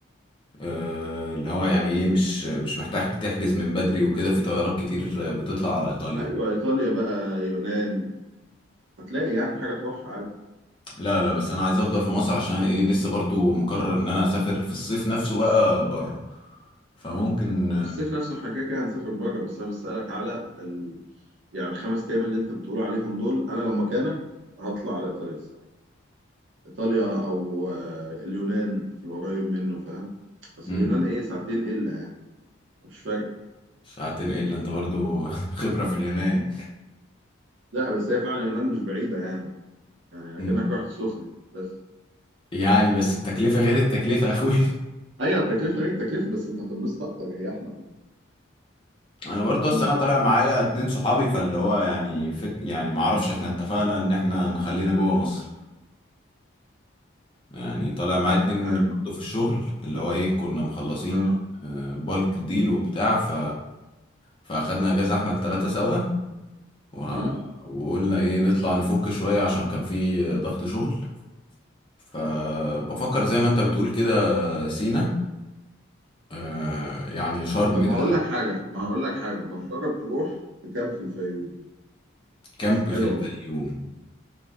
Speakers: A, on the left; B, on the right.
A: آه، اللي هو يعني إيه مش مش محتاج تحجز من بدري وكده في طيارات كتير بتطلع على إيطاليا
B: ايوه ايطاليا بقى يونان هتلاقي يعني حاجه تروحها عادي
A: لا لا بس أنا عايز أفضل في مصر عشان إيه لسه برضو مقرر إن أنا أسافر في الصيف نفسه بقى بره فممكن
B: ما هو في الصيف نفسه احنا كده كده هنسافر بره بس انا بسألك على ال... يعني الخمس ايام اللي انت بتقول عليهم دول انا لو مكانك هطلع على ايطاليا الساحل ايطاليا او آه، اليونان في القريب منه فاهم بس
A: مم.
B: اليونان ايه ساعتين الا يعني مش فارقه
A: ساعتين الا انت برضو <laughs> خبرة في اليونان
B: لا بس هي فعلا اليونان مش بعيده يعني يعني اكنك
A: مم.
B: رايح السخنه بس
A: يعني بس التكلفة غير التكلفة يا اخوي
B: ايوه التكلفه غير التكلفه بس انت هتنبسط اكتر هي احلى من
A: <laughs> انا
B: يعني
A: برضو
B: اظن
A: اصل انا
B: يعني،
A: طالع معايا اتنين صحابي فاللي هو يعني فك يعني معرفش احنا اتفقنا ان احنا نخلينا جوه مصر يعني طالع معايا اتنين
B: مش عارف
A: برضو في الشغل اللي هو ايه كنا مخلصين
B: اه
A: بالك ديل وبتاع ف فاخدنا اجازة احنا التلاتة سوا وه...
B: امم
A: وقلنا ايه نطلع نفك شوية عشان كان في ضغط شغل فبفكر زي ما انت بتقول كده سينا آه يعني شرم
B: طب ما
A: ده
B: هقول لك حاجه ما هقول لك حاجه ما تجرب تروح تكامب في الفيوم
A: كامب
B: حلوه
A: في الفيوم
B: برضه